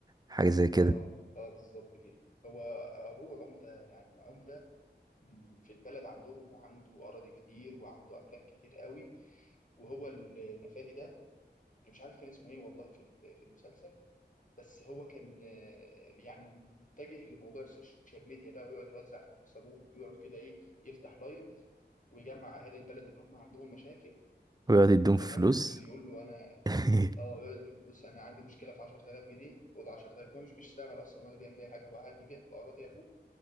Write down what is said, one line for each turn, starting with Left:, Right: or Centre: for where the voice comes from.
Right: حاجة زي كده
Left: اه اه بالظبط كده هو ابوه عمده يعني عمده من في البلد عندهم وعنده اراضي كتير وعنده املاك كتير قوي وهو النفادي ده أنا مش عارف كان اسمه ايه والله في ال- في المسلسل بس هو كان آه، يعني متجه لموضوع السوشيال ميديا ده ويقعد يوزع فلوس ابوه ويقعد كده ايه يفتح لايف ويجمع اهالي البلد اللي هم عندهم مشاكل
Right: ويقعد يديهم في
Left: تمام
Right: فلوس
Left: واللي يقول له انا
Right: <laughs>
Left: اه يقعد يديهم فلوس انا عندي مشكله في 10000 جنيه خد 10000 هو مش بيشتغل اصلا ولا بيعمل اي حاجه هو قاعد يبيع في اراضي ابوه